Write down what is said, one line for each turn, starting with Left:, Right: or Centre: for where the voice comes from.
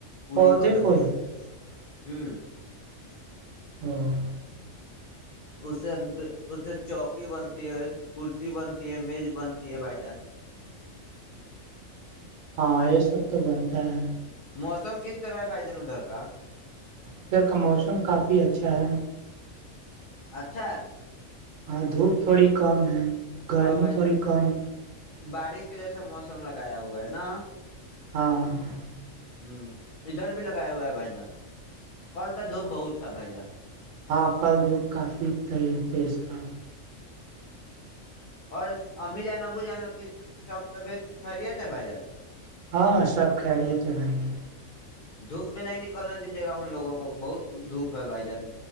Left: پوری
Right: پودے
Left: کوت
Right: کو
Left: ملا
Right: ہی
Left: ہوں
Right: ہاں
Left: اس سے اس سے چوکی بنتی ہے کرسی بنتی ہے میز بنتی ہے بھائی جان
Right: ہاں یہ سب تو بنتا ہے
Left: موسم کس طرح ہے بائی جان ن دڑکا
Right: ادھر کا موسم کافی اچھا ہے
Left: اچھا
Right: ہاں دھوپ تھوڑی کم ہے گرمی
Left: ہاں بھائی
Right: تھوڑی
Left: جان
Right: کم ہے
Left: بارش کا جیسا موسم لگایا ہوا ہے نا
Right: ہاں ہاں
Left: ہوں ادھر بھی لگایا ہوا ہے بھائی جان کل ت دھوپ بہت تھا بھائی جان
Right: ہاں کل دکھ کافی ت تیز تھا
Left: اور امی جان ابو جان سب طبیعت خیریت ہے بھائی جان
Right: ہاں سب خیرییت ل گی
Left: دھوپ میں نہیں نکلنا دیجیے گا ان لوگوں کو بہت دھوپ ہے بھائی جان